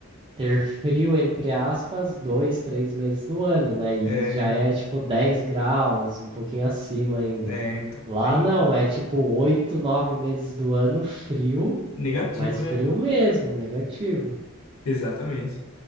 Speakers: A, on the right (about 25°); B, on the left (about 75°).
A: ter frio, entre aspas, dois, três meses no ano, né? E
B: É,
A: já é tipo 10 graus, um pouquinho acima ainda.
B: é, então,
A: Lá
B: bem
A: não, é tipo oito, nove meses do ano frio,
B: negativo,
A: mas
B: né?
A: frio mesmo, negativo.
B: Exatamente.